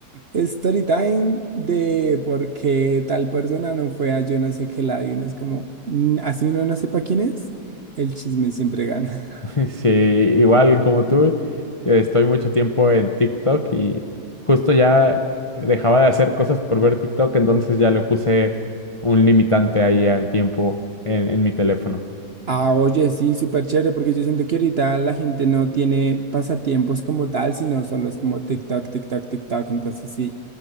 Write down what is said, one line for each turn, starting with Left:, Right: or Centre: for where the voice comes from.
Right: Story time de por qué tal persona no fue a yo no sé qué lado y uno es como, "Mm, así uno no sepa quién es, el chisme siempre gana. <laughs>
Left: <laughs> Sí, igual como tú, estoy mucho tiempo en TikTok y justo ya dejaba de hacer cosas por ver TikTok, entonces ya le puse un limitante ahí al tiempo en, en mi teléfono.
Right: Ah, oye, sí, súper chévere porque yo siento que ahorita la gente no tiene pasatiempos como tal, sino solo es como TikTok, TikTok, TikTok. Entonces sí,